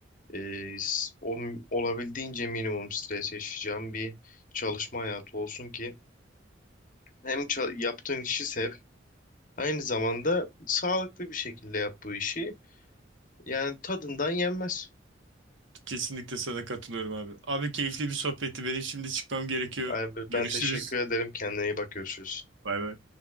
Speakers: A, on the left; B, on the right.
A: e, s- o, olabildiğince minimum stres yaşayacağın bir çalışma hayatı olsun ki hem ça- yaptığın işi sev, aynı zamanda sağlıklı bir şekilde yap bu işi. Yani tadından yenmez.
B: Kesinlikle sana katılıyorum abi. Abi keyifli bir sohbetti. Benim şimdi çıkmam gerekiyor.
A: Abi
B: Görüşürüz.
A: ben teşekkür ederim. Kendine iyi bak görüşürüz.
B: Bay bay.